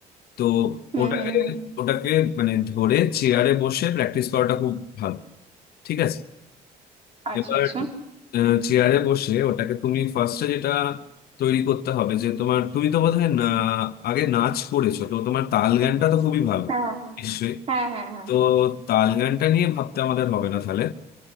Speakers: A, on the left; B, on the right.
A: তো
B: হুম
A: ওটাকে
B: হুম হুম
A: ওটাকে মানে ধরে চেয়ারে বসে প্র্যাকটিস করাটা খুব ভালো ঠিক আছে
B: আচ্ছা
A: এবার
B: আচ্ছা
A: চেয়ারে বসে ওটাকে তুমি ফার্স্টে যেটা তৈরি করতে হবে যে তোমার তুমি তো বোধহয় না আগে নাচ করেছো তো তোমার তাল গানটা তো খুবই ভালো
B: হ্যাঁ
A: নিশ্চয়ই
B: হ্যাঁ হ্যাঁ হ্যাঁ
A: তো তাল গানটা নিয়ে ভাবতে আমাদের হবে না তাহলে